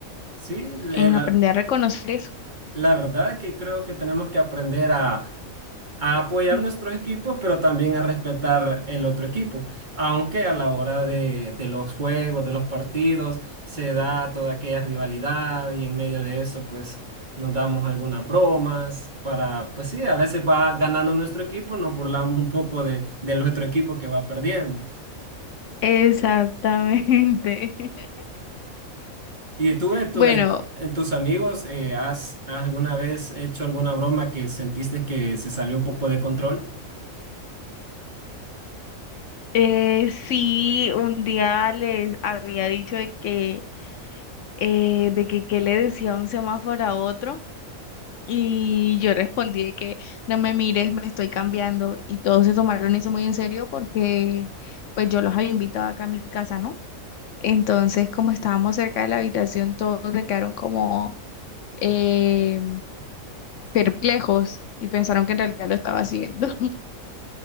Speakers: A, on the right (about 35°); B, on the left (about 70°).
A: sí, le-
B: en
A: la,
B: aprender a reconocer eso.
A: la verdad que creo que tenemos que aprender a, a apoyar
B: <laughs>
A: nuestros equipos, pero también a respetar el otro equipo. Aunque a la hora de, de los juegos, de los partidos, se da toda aquella rivalidad y en medio de eso, pues nos damos algunas bromas para, pues sí, a veces va ganando nuestro equipo, nos burlamos un poco de, de nuestro equipo que va perdiendo.
B: Exactamente. <laughs>
A: ¿Y tú en, tu-
B: Bueno,
A: en tu- en tus amigos eh, has has alguna vez hecho alguna broma que sentiste que se salió un poco de control?
B: Eh, sí, un día les había dicho de que, eh, de que qué le decía un semáforo a otro y yo respondí de que no me mires, me estoy cambiando y todos se tomaron eso muy en serio porque pues yo los había invitado acá a mi casa, ¿no? Entonces, como estábamos cerca de la habitación, todos se quedaron como eh, perplejos y pensaron que en realidad lo estaba haciendo. <laughs>